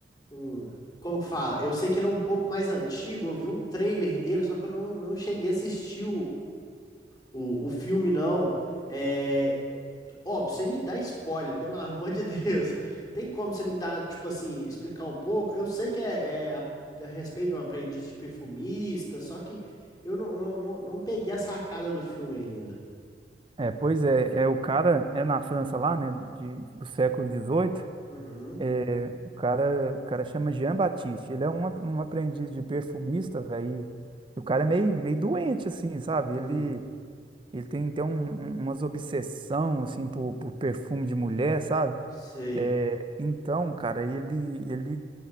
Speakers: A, on the left (about 20°); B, on the right (about 30°).
A: um- Como que fala? Eu sei que ele é um pouco mais antigo. Eu vi um trailer dele, só que eu não, não cheguei a assistir O, o filme não. É, óbvio, sem me dar spoiler, pelo <laughs> amor de Deus. <laughs> Tem como você me dar, tipo assim, explicar um pouco? Eu sei que é, é a, a respeito de um aprendiz de perfumista, só que eu não, não, não, não peguei a sacada do filme ainda.
B: É, pois é, é, o cara é na França lá, né, de, do século XVIII.
A: Uhum.
B: É, o cara, o cara chama Jean Baptiste. Ele é um, a- um aprendiz de perfumista, velho. E o cara é meio, meio doente, assim, sabe?
A: Hum,
B: Ele Ele tem então um- um- umas obsessão assim por, por perfume de mulher, sabe?
A: sei.
B: É, então, cara, ele ele